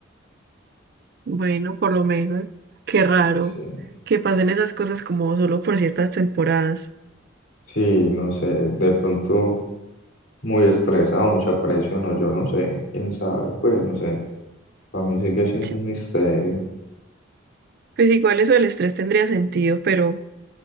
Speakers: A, on the right (about 50°); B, on the left (about 65°).
A: Bueno, por lo menos. Qué raro
B: Y Sí,
A: que pasen esas cosas como solo por ciertas temporadas.
B: sí, no sé, de pronto muy estresado, mucha presión o yo no sé, quién sabe, pues no sé, para mí sigue siendo
A: Sí,
B: un misterio. <laughs>
A: Pues igual eso del estrés tendría sentido, pero